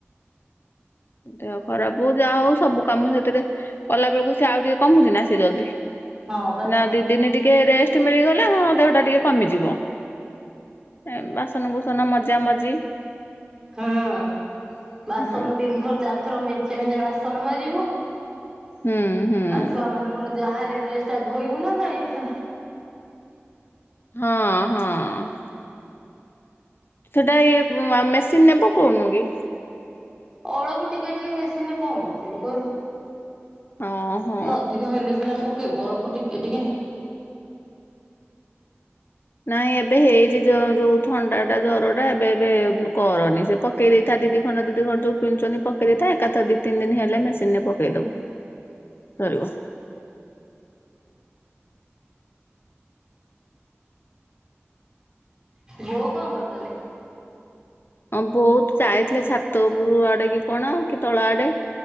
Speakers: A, on the left; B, on the right.
A: ଦେହ ଖରାପ ହଉ ଯାହା ହଉ ସବୁ କାମ ସେଥିରେ କଲାବେେଳକୁ ସେ ଆଉ ଟିକେ କମୁଚି ନା ସେ ଜଲ୍ଦି
B: ହଁ ବା।
A: ନା ଦି ଦିନି ଟିକେ ରେଷ୍ଟ୍ ମିଳିଗଲେ ହଁ ଦେହଟା ଟିକେ କମିଯିବ। ଏଁ-ବାସନକୁୁସନ ମଜା ମଜି।
B: ହଁ- ବାସନ
A: ହଁ
B: ତିନି ଥର ଚାରି ଥର ମେଞ୍ଚେ ମେଞ୍ଚେ ବାସନ ମାଜିବୁ ଆଉ
A: ହୁଁ ହୁଁ।
B: ଛୁଆ ମାନଙ୍କର ଯାହା ହେଲେ ଡ୍ରେସ୍ ଟା ଧୋଇବୁ ନା ନାଇଁ।
A: ହଁ- ହଁ। ସେଟା ଇଏ ଅ-ମେସିନ୍ ରେ ପକଉନୁ କି?
B: ଅଳପ ଟିକେ ଟିକେ ମେସିନ୍ ରେ କଣ ପକେଇବୁ କହିଲୁ।
A: ଓହୋ।
B: ଟିକେ ଅଧିକ ହେଲେ ସିନା ପକେଇବୁ ଅଳ୍ପ ଟିକେ ଟିକେ
A: ନାଇଁ ଏବେ ହେଇଚି ଯ-ଯଉ ଥଣ୍ଡା ଟା ଜର ଟା ଏବେ ଏବେ କରନି ସେ ପ ପକେଇ ଦେଇଥା ଦି ଖଣ୍ଡ ଦି ଖଣ୍ଡ ଯଉ ପିନ୍ଧୁଚନ୍ତି ପେକେଇ ଦେଇଥା ଏକା ଥରେ ତିନି ଦିନ ହେଲେ ମେସିନ ରେ ପକେଇ ଦବୁ। ସରିବ।
B: ବଉ କଣ କରୁଚନ୍ତି?
A: ହଁ ବଉ ଯାଇଥିଲେ ଛାତ ଉପୁରୁକୁ ଆଡେ କି କଣ କି ତଳ ଆଡେ